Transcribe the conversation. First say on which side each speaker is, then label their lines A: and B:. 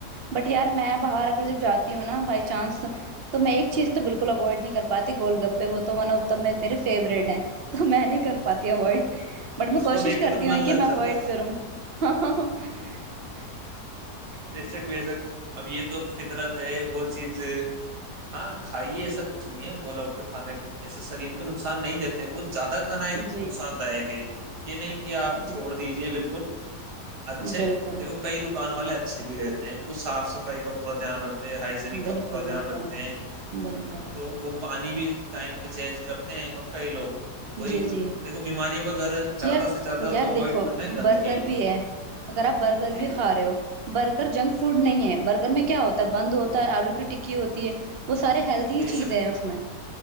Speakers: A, on the right; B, on the right.
A: بٹیہار میں باہر کر جب جاتی ہوں نا بائی چانس تو میں ایک چیز تو بالکل اوائڈ نہیں کر پاتی گول گپے ہو تو ون آف د میرے فیورٹ ہیں تو میں نہیں کر پاتی اوائڈ بٹ میں
B: اس کو
A: کوشش
B: دیکھ کے
A: کرتی
B: تو
A: ہوں
B: من
A: کہ
B: للچاتا
A: میں اوائڈ
B: ہے
A: کروں <inaudible>
B: بے شک بے شک اب یہ تو فطرت ہے وہ چیز ہاں کھائیے ایسا کچھ نہیں ہے بولو اب تو کھانے ایسے شریر پہ نقصان نہیں دیتے وہ زیادہ کھانا ایک
A: جی
B: نقصان دائک ہے یہ نہیں کہ آپ چھوڑ
A: جی
B: دیجیے بالکل اچھے
A: بالکل
B: دیکھو کئی دکان والے اچھے اچھے بھی رہتے ہیں وہ صف صفائی کا پورا دھیان رکھتے ہائجینک
A: بالکل
B: کا پورا دھیان
A: بالکل
B: رکھتے ہیں
A: بالکل
B: تو وہ پانی بھی ٹائم پہ چینج کرتے ہیں اور کئی لوگ وہی
A: جی جی
B: دیکھو بیماریوں کا گھر ہے، زیادہ
A: یار
B: سے زیادہ
A: یار
B: تو اوائڈ
A: دیکھو
B: کرنا ہے گندگی
A: برگر بھی ہے اگر آپ برگر
B: جی
A: بھی کھا رہے ہو برگر جنک فوڈ نہیں ہے برگر میں کیا ہوتا ہے بند ہوتا ہے آلو کی ٹکی ہوتی ہے وہ سارے ہیلدی
B: بے
A: چیزیں
B: شک
A: ہیں اس میں